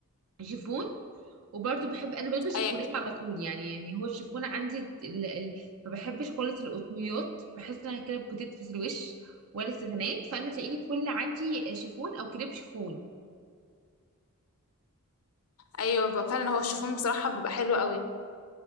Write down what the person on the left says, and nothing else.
ايوه
ايوه بيبقى فعلا هو الشيفون بصراحة بيبقى حلو قوي